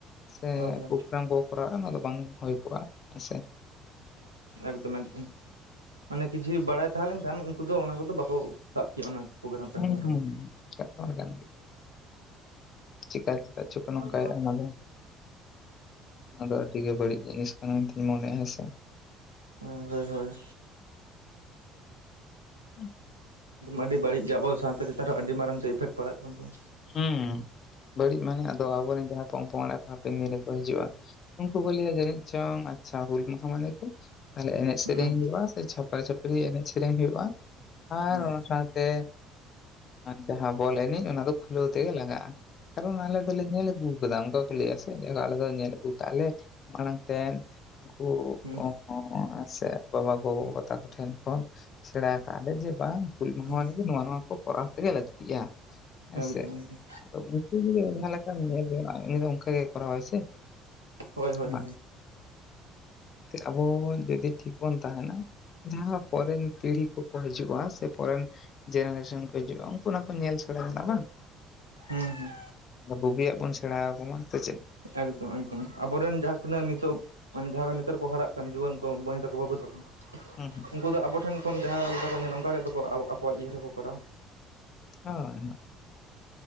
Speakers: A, on the left; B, on the right.
A: ᱥᱮ
B: ᱦᱳᱭ ᱦᱳᱭ
A: ᱯᱨᱳᱜᱨᱟᱢ ᱠᱚ ᱠᱚᱨᱟᱼᱟ ᱚᱱᱟ ᱫᱚ ᱵᱟᱝ ᱦᱩᱭ ᱠᱚᱜᱼᱟ ᱦᱮᱸᱥᱮ
B: ᱮᱠᱫᱚᱢ ᱮᱠᱫᱚᱢ ᱢᱟᱱᱮ ᱠᱤᱪᱷᱤ ᱵᱟᱲᱟᱭ ᱛᱟᱦᱮᱸ ᱞᱮᱱ ᱠᱷᱟᱱ ᱩᱱᱠᱩ ᱫᱚ ᱚᱱᱟ ᱠᱚ ᱫᱚ ᱵᱟᱠᱚ ᱥᱟᱵ ᱠᱮᱼᱟ ᱚᱱᱟ ᱯᱨᱳᱜᱨᱟᱢ ᱠᱟᱹᱢᱤ
A: ᱦᱩᱸ
B: ᱦᱚᱨᱟ
A: ᱦᱩᱸ
B: ᱠᱚᱫᱚ
A: ᱪᱟᱯᱟᱲ ᱜᱟᱱ ᱜᱮ ᱪᱮᱠᱟ ᱛᱮ ᱠᱟ ᱪᱚ ᱠᱚ ᱱᱚᱝ
B: ᱦᱳᱭ
A: ᱠᱟᱭᱮᱫᱼᱟ ᱚᱱᱟ ᱫᱚ ᱚᱱᱟ ᱵᱩᱜᱮ ᱵᱟᱹᱲᱤᱡ ᱡᱤᱱᱤᱥ ᱠᱟᱱᱟ ᱢᱮᱱ ᱛᱮᱧ ᱢᱚᱱᱮ ᱭᱟ ᱦᱮᱸ ᱥᱮ
B: ᱦᱳᱭ ᱦᱳᱭ
A: ᱦᱩᱸ
B: ᱟᱹᱰᱤ ᱵᱟᱲᱤᱡ ᱜᱮ ᱟᱵᱚ ᱥᱟᱶᱛᱟ ᱪᱮᱛᱟᱱ ᱨᱮ ᱟᱹᱰᱤ ᱢᱟᱨᱟᱝ ᱛᱮ ᱤᱯᱷᱮᱠᱴ ᱯᱟᱲᱟᱜ ᱠᱟᱱ ᱛᱟᱵᱚ
A: ᱦᱩᱸ ᱵᱟᱹᱲᱤᱡ ᱢᱟᱱᱮ ᱟᱫᱚ ᱟᱵᱚ ᱨᱮᱱ ᱡᱟᱦᱟᱸᱭ ᱯᱚᱝ ᱯᱚᱝᱲᱟ ᱠᱚ ᱦᱟᱯᱮᱱ ᱫᱤᱱ ᱨᱮ ᱠᱚ ᱦᱤᱡᱩᱜᱼᱟ ᱩᱱᱠᱩ ᱠᱚ ᱞᱟᱹᱭᱟ ᱡᱟᱹᱱᱤᱡ ᱪᱚᱝ ᱟᱪᱪᱷᱟ ᱦᱩᱞ ᱢᱟᱦᱟ ᱢᱟᱱᱮ ᱫᱚ ᱛᱟᱦᱚᱞᱮ ᱮᱱᱮᱡ
B: ᱦᱩᱸ
A: ᱥᱮᱨᱮᱧ ᱦᱩᱭᱩᱜᱼᱟ ᱥᱮ ᱪᱷᱟᱯᱨᱟᱼ ᱪᱷᱟᱹᱯᱨᱤ ᱮᱱᱮᱡ ᱥᱮᱨᱮᱧ ᱦᱩᱭᱩᱜᱼᱟ ᱟᱨ
B: ᱦᱩᱸ
A: ᱚᱱᱟ ᱥᱟᱶᱛᱮ ᱥᱮ ᱡᱟᱦᱟ ᱵᱚᱞ ᱮᱱᱮᱡ ᱚᱱᱟ ᱫᱚ ᱠᱷᱩᱞᱟᱹᱣ ᱛᱮ ᱜᱮ ᱞᱟᱜᱟᱜᱼᱟ᱾ ᱠᱟᱨᱚᱱ ᱟᱞᱮ ᱫᱚ ᱞᱮ ᱧᱮᱞ ᱟᱜᱩ ᱟᱠᱟᱫᱟ ᱚᱠᱟ ᱠᱚ ᱞᱟᱹᱭ ᱟᱥᱮ ᱟᱞᱮ ᱫᱚ ᱧᱮᱞ ᱟᱜᱩ ᱠᱟᱜ ᱞᱮ᱾ ᱢᱟᱲᱟᱝ ᱛᱮ ᱩᱱᱠᱩ
B: ᱦᱩᱸ
A: ᱚ ᱥᱮ ᱵᱟᱵᱟ ᱜᱚᱵᱟ ᱛᱟᱠᱚ ᱴᱷᱮᱱ ᱠᱷᱚᱱ ᱥᱮᱲᱟ ᱟᱠᱟᱫ ᱞᱮ ᱡᱮ ᱵᱟᱝ ᱦᱩᱞ ᱢᱟᱦᱟ
B: ᱦᱩᱸ
A: ᱢᱟᱱᱮ ᱫᱚ ᱱᱚᱣᱟ ᱱᱚᱣᱟ ᱠᱚ ᱠᱚᱨᱟᱣ ᱛᱮ ᱜᱮ ᱞᱟᱹᱠᱛᱤᱜᱼᱟ᱾ ᱦᱮᱸᱥᱮ
B: ᱮᱠᱫᱚᱢ ᱮᱠᱫᱚᱢ
A: ᱟᱫᱚ ᱩᱱᱠᱩ ᱡᱟᱫᱤ ᱡᱟᱦᱟ ᱞᱮᱠᱟ ᱧᱮᱞ ᱡᱚᱝ ᱟᱭ ᱩᱱᱤ ᱫᱚ ᱚᱱᱠᱟ ᱜᱮ ᱠᱚᱨᱟᱣ ᱟᱭ ᱥᱮ
B: ᱦᱳᱭ ᱦᱳᱭ
A: ᱵᱟᱝ ᱟᱵᱚ ᱡᱩᱫᱤ ᱴᱷᱤᱠ ᱵᱚᱱ ᱛᱟᱦᱮ ᱱᱟ ᱡᱟᱦᱟ ᱯᱚᱨᱮᱱ ᱯᱤᱲᱦᱤ ᱠᱚ ᱠᱚ ᱦᱤᱡᱩᱜᱼᱟ ᱥᱮ ᱯᱚᱨᱮᱱ ᱡᱮᱱᱟ ᱨᱮᱥᱚᱱ ᱠᱚ ᱦᱤᱡᱩᱜᱼᱟ ᱩᱱᱠᱩ ᱚᱱᱟ ᱠᱚ ᱧᱮᱞ ᱥᱮᱲᱟ ᱢᱮᱱᱟᱜᱼᱟ ᱵᱟᱝ
B: ᱦᱩᱸ ᱦᱩᱸ
A: ᱵᱩᱜᱤᱭᱟᱜ ᱵᱚᱱ ᱥᱮᱲᱟ ᱟᱠᱚᱢᱟ ᱥᱮ ᱪᱮᱫ?
B: ᱮᱠᱫᱚᱢ ᱮᱠᱫᱚᱢ ᱟᱵᱚ ᱨᱮᱱ ᱡᱟᱦᱟ ᱛᱤᱱᱟᱹᱜ ᱱᱤᱛᱚᱜ ᱢᱟᱱᱮ ᱡᱟᱦᱟ ᱱᱮᱛᱟᱨ ᱠᱚ ᱦᱟᱨᱟᱜ ᱠᱟᱱ ᱡᱩᱣᱟᱹᱱ ᱠᱚ ᱵᱟᱹᱭ ᱛᱟ ᱠᱚ ᱵᱟᱹᱵᱩ ᱛᱟᱠᱚ
A: ᱦᱩᱸ
B: ᱩᱱᱠᱩ ᱫᱚ ᱟᱵᱚ ᱴᱷᱮᱱ ᱠᱷᱚᱱ ᱡᱟᱦᱟᱸ ᱞᱮᱠᱟ ᱠᱚ ᱧᱮᱞ ᱚᱱᱠᱟᱜ ᱟᱠᱚᱣᱟᱜ ᱤᱭᱟᱹ ᱨᱮ ᱠᱚ ᱠᱚᱨᱟᱣᱟ
A: ᱦᱳᱭ ᱦᱳᱭ